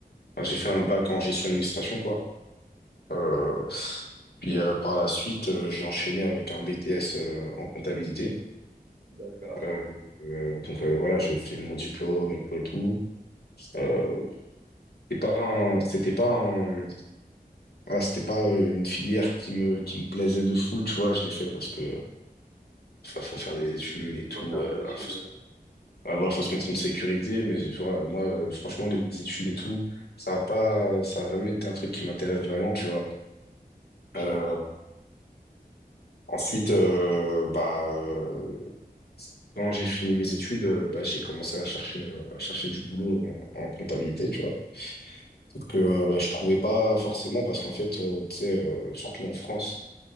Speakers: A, on the left (about 80°); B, on the right (about 65°).
A: enfin, j'ai fait un bac en gestion d'administration quoi. Euh, puis euh, par la suite, euh, j'ai enchaîné avec un BTS euh, en comptabilité.
B: D'accord.
A: Euh, euh, donc euh, voilà, j'ai obtenu mon diplôme et tout et tout. Euh, c'était pas un- c'était pas un- voilà, c'était pas euh, une filière qui me qui me plaisait de fou, tu vois. Je l'ai fait parce que Enfin, faut faire des études et tout.
B: Faut faire des
A: Euh,
B: études.
A: enfin, faut,
B: euh,
A: se- ouais, voilà, faut se mettre une sécurité. Mais tu vois, moi, euh, franchement, les études et tout, ça a pas, ça a jamais été un truc qui m'intéresse vraiment, tu vois.
B: Je
A: Euh,
B: comprends.
A: ensuite, euh, bah, euh, quand j'ai fini mes études, euh, bah, j'ai commencé à chercher, euh, à chercher du boulot en, en comptabilité, tu vois. Sauf que euh, bah, je trouvais pas forcément parce qu'en fait, euh, tu sais, euh, surtout en France,